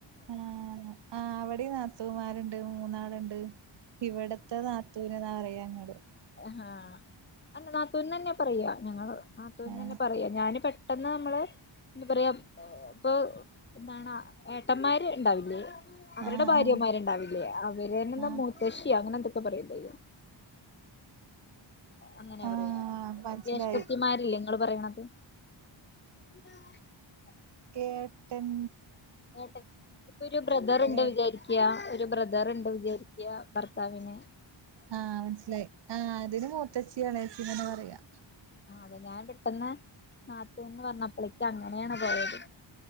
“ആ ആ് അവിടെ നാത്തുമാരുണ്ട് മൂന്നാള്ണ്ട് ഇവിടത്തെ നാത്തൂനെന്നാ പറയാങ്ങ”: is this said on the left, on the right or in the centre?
Right